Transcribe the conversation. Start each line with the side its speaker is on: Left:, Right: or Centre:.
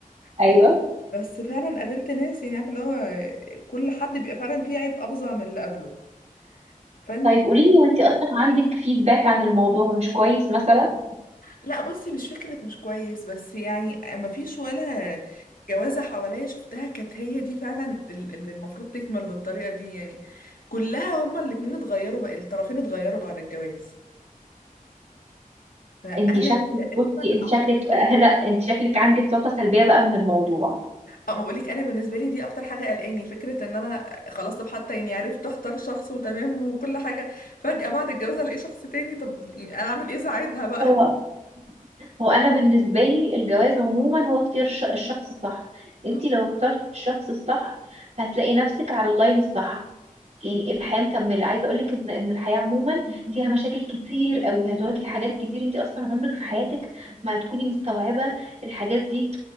Right: ايوه
Left: آه، بس فعلا قابلت ناس يعني عارف اللي هو كل حد بيبقى فعلا فيه عيب افظع من اللي قبله فانت
Right: طيب قولي لي وانت اصلا عندك فيدباك عن الموضوع مش كويس مثلا
Left: لا بصي مش فكرة مش كويس بس يعني ما فيش ولا جوازة حواليا شفتها كانت هي دي فعلا ال- اللي المفروض تكمل بالطريقة دي يعني كلها هما الاتنين اتغيروا بقى الطرفين اتغيروا بعد الجواز فأنا
Right: انت شكلك
Left: دي تقريبا
Right: بصي انت
Left: أكتر
Right: شكلك آه،
Left: حاجة
Right: لا انت شكلك عندك طاقة سلبية بقى من الموضوع
Left: اه ما بقولك انا بالنسبه لي دي اكتر حاجه قلقاني فكره ان انا خلاص طب حتى يعني عرفت اختار شخص وتمام وكل حاجه فجاه بعد الجواز الاقي شخص تاني طب يعني انا اعمل ايه ساعتها بقى
Right: هو هو انا بالنسبة لي الجواز عموما هو اختيار الش- الشخص الصح انت
Left: اه
Right: لو اخترت الشخص الصح هتلاقي نفسك على اللاين الصح يعني إيه الحياه مكمله عايزه اقول لك ان ان الحياه عموما فيها مشاكل كتير قوي هتواجهي حاجات كتير انت اصلا عمرك في حياتك ما هتكوني مستوعبه الحاجات دي